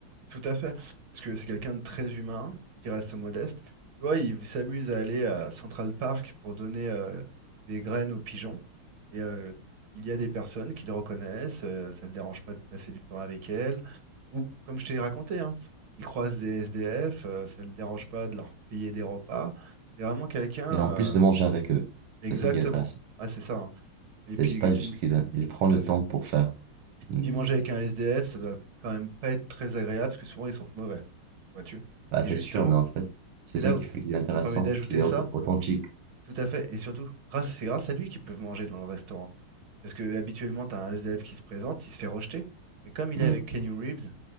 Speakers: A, on the right; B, on the right.
A: Tout à fait, parce que c'est quelqu'un de très humain, qui reste modeste. Tu vois, il s'amuse à aller à Central Park pour donner euh, des graines aux pigeons. Et euh, il y a des personnes qui le reconnaissent, euh, ça ne le dérange pas de passer du temps avec elles. Ou comme je t'ai raconté, hein, il croise des SDF, euh, ça ne le dérange pas de leur payer des repas. C'est vraiment quelqu'un,
B: et en
A: euh,
B: plus de manger avec eux.
A: exactement.
B: C'est ça qui est intéressant.
A: Ah, c'est ça. hein. Et
B: C'est
A: puis,
B: pas juste
A: mm,
B: qu'il il prend
A: tout
B: le
A: à fait.
B: temps pour faire. Mais-
A: Puis manger avec un SDF, ça doit quand même pas être très agréable parce que souvent ils sentent mauvais, vois-tu.
B: Bah,
A: Et
B: c'est
A: justement,
B: sûr, mais en fait, c'est
A: c'est
B: ça
A: là
B: qui
A: où
B: fait qu'il est intéressant,
A: je me permets d'ajouter
B: qu'il est
A: ça,
B: aut- authentique.
A: tout à fait, et surtout, grâce, c'est grâce à lui qu'ils peuvent manger dans le restaurant. Parce que habituellement, t'as un SDF qui se présente, il se fait rejeter, mais comme il
B: Hmm.
A: est avec Kenny Reeves,